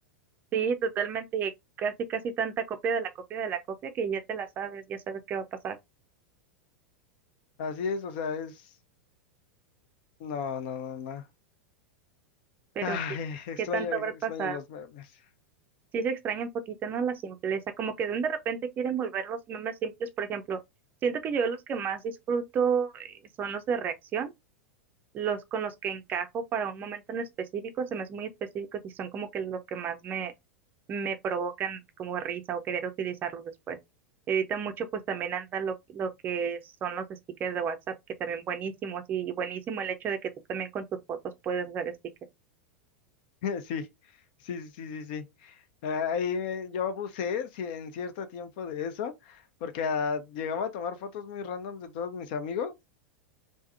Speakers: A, on the right; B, on the left.
A: Sí, totalmente, casi, casi tanta copia de la copia de la copia que ya te la sabes, ya sabes qué va a pasar,
B: Así es, o sea, es... No, no, no, no.
A: pero
B: Ay,
A: sí,
B: extraño,
A: ¿qué tanto
B: extraño
A: habrá pasado?
B: los memes.
A: Sí se extraña un poquito, ¿no? La simpleza, como que de un de repente quieren volver los memes simples, por ejemplo, siento que yo los que más disfruto eh, son los de reacción, los con los que encajo para un momento en específico, se me hacen muy específicos y son como que lo que más me, me provocan como risa o querer utilizarlos después. Y ahorita mucho pues también anda lo, lo que son los stickers de WhatsApp, que también buenísimos y buenísimo el hecho de que tú también con tus fotos puedes hacer stickers,
B: <laughs> Sí, sí, sí, sí, sí. Ah, Ahí eh, yo abusé sí, en cierto tiempo de eso, porque ah, llegaba a tomar fotos muy random de todos mis amigos